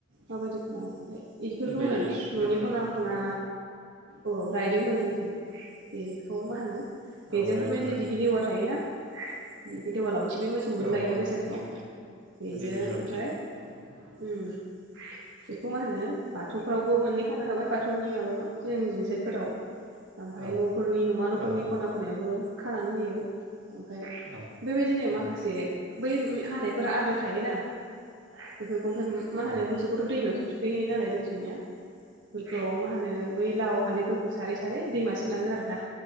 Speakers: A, on the right; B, on the right.
A: माबायदि खालामो ओमफ्राय? इदिफोरखौ
B: बे
A: होनानै
B: सु
A: न'नि
B: गोनाङाथ'
A: ख'ना ख'ना
B: औ
A: अ राइदों होनो जों बेखौ मा होनो बेजों
B: औ रायदोंआनो
A: बैबादि दिगिलेवा
B: दे
A: थायोना? <unintelligible> दिगिलेवा लाव थिबै मोसौ बुनो
B: औ
A: लायोना
B: औ
A: बैसागोआव
B: देग्लि
A: बेजों
B: देग्लि लावथि
A: ओमफाय
B: औ
A: ओम। बेखौ मा होननो बाथौफ्रावबो मोननै खानो हाबाय बाथौ थौनि माबायाव जिं जिं साइटफोराव। ओमफाय
B: औ
A: न'फोरनि न'मा न'फोरनि
B: औ औ
A: ख'ना ख'नायावबो खानानै होयो। ओमफाय
B: औ
A: बेबायदिनो माखासे
B: औ
A: बै उम हानायफोरा आद्रा थायोना बेफोरखौ ओमफाय मा होनो
B: औ
A: मोसौखौथ' दैमायावसो थुखै हैयो नालाय जोंनिथिंनिया फोरखौ मा होनो बै लाव हालदै फोरखौ सारै सारै दैमासिम लाङो आरो <unintelligible>